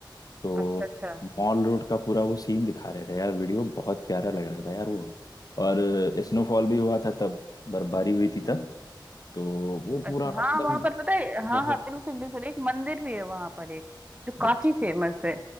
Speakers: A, on the left (about 50°); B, on the right (about 20°).
A: तो
B: अच्छा अच्छा
A: मॉल रोड का पूरा वो सीन दिखा रहे थे यार वीडियो बहुत प्यारा लग रहा था यार वो और स्नोफॉल भी हुआ था तब बर्फबारी हुई थी तब तो वो
B: अच्छा
A: पूरा एकदम
B: हाँ वहां पर पता है हाँ
A: बहुत
B: हाँ बिल्कुल बिल्कुल एक मंदिर भी है वहां पर एक जो काफी
A: अच्छा
B: फेमस है